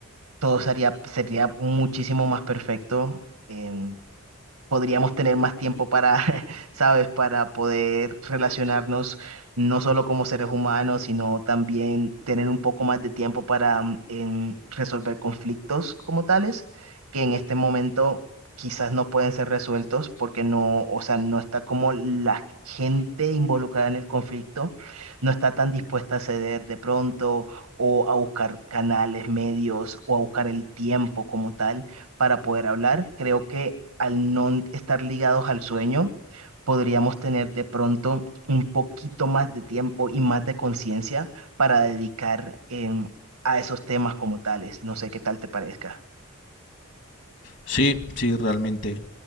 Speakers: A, on the right; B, on the left.
A: todo sería, sería muchísimo más perfecto. em, podríamos tener más tiempo para, <laughs> ¿sabes? Para poder relacionarnos no solo como seres humanos, sino también tener un poco más de tiempo para mm, em, resolver conflictos como tales, que en este momento quizás no pueden ser resueltos porque no, o sea, no está como la gente involucrada en el conflicto, no está tan dispuesta a ceder de pronto o a buscar canales, medios o a buscar el tiempo como tal para poder hablar. Creo que al no estar ligados al sueño, podríamos tener de pronto un poquito más de tiempo y más de conciencia para dedicar em, a esos temas como tales. No sé qué tal te parezca.
B: Sí, sí, realmente.